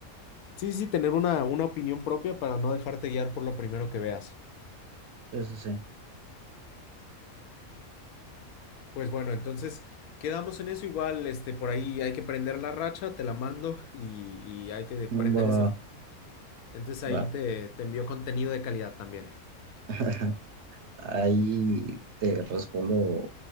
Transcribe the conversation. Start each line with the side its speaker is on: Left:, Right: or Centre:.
Left: Sí, sí, sí, tener una, una opinión propia para no dejarte guiar por lo primero que veas.
Right: Sí, sí, sí.
Left: Pues bueno, entonces quedamos en eso igual, este, por ahí hay que prender la racha, te la mando y, y hay que prender
Right: Va,
Left: ese.
Right: va.
Left: Entonces ahí
Right: va.
Left: te, te envío contenido de calidad también.
Right: <laughs> Ahí te respondo